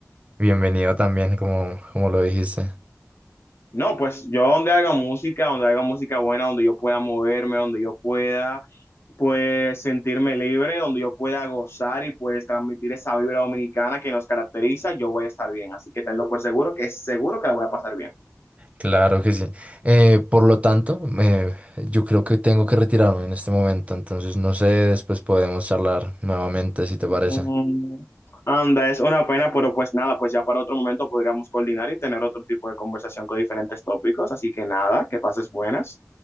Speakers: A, on the right; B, on the left.
A: bienvenido también, como, como lo dijiste.
B: No, pues yo donde haga música, donde haga música buena, donde yo pueda moverme, donde yo pueda pues sentirme libre, donde yo pueda gozar y pues transmitir esa vibra dominicana que nos caracteriza, yo voy a estar bien. Así que tenlo por seguro que es seguro que la voy a pasar bien.
A: Claro que sí. Eh, por lo tanto, eh, yo creo que tengo que retirarme en este momento, entonces no sé, después podemos charlar nuevamente si te
B: Mm,
A: parece.
B: Anda, es una pena, pero pues nada, pues ya para otro momento podríamos coordinar y tener otro tipo de conversación con diferentes tópicos. Así que nada, que pases buenas.